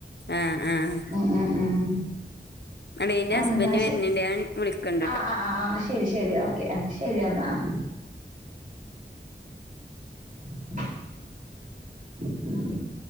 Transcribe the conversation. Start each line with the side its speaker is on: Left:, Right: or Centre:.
Left: ആഹ് ആഹ്
Right: ഉം ഉം ഉം
Left: എടീ ഇന്റെ
Right: അന്നാ
Left: ഹസ്ബന്റ്
Right: ശ
Left: വരുന്നുണ്ട് ഞാൻ വിളിക്കൺ
Right: അഹ് ആഹ് ആഹ് ആഹ് ശരി ഓക്കെ ആഹ് ശരിയന്ന <inaudible> <inaudible>